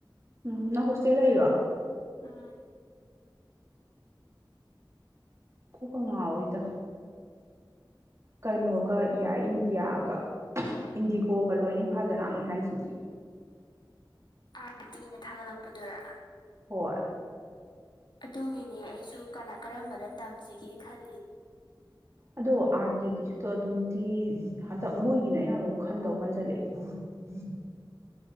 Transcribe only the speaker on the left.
ꯎꯝ
ꯑꯥꯔ ꯇꯤꯅ ꯊꯥꯒꯠꯂꯛꯄꯗꯨꯔꯥ
ꯑꯗꯨꯒꯤꯅꯦ ꯑꯩꯁꯨ ꯀꯅꯥ ꯀꯔꯝꯕꯗ ꯇꯝꯁꯤꯒꯦ ꯈꯜꯂꯤꯅꯤ